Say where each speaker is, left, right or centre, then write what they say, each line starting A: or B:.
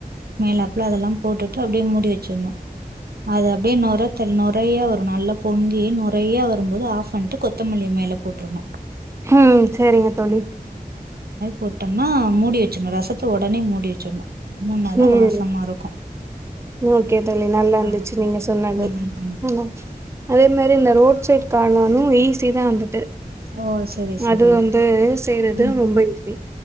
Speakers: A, on the right; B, on the right.
A: மேல அப்புல அதெல்லா போட்டுட்டு அப்படியே மூடி வச்சிடணு அது அப்டியே நொரத்தள் நொறையா வரு நல்லா பொங்கி நொறையா வரும்போது ஆஃப் பண்ட்டு கொத்தமல்லிய மேல போட்டுருணு
B: ஹ்ம் சரிங்க தோழி
A: போட்டம்னா மூடி வச்சுணு ரசத்த உடனே மூடி வச் ச்சனு மூன்னாதா
B: ம்
A: வாசமா இருக்கு
B: ஓகே தோழி நல்லா இருந்துச்சு
A: ஆமா
B: நீங்க சொன்னது
A: ம்
B: <unintelligible> அதே மாரி இந்த ரோட் சைட் காணானு ஈஸ்ட் ரிதா வந்துட்டு
A: ஓ செரி செரி
B: அது வந்து செய்றது
A: ம்
B: ரொம்ப ஈஸி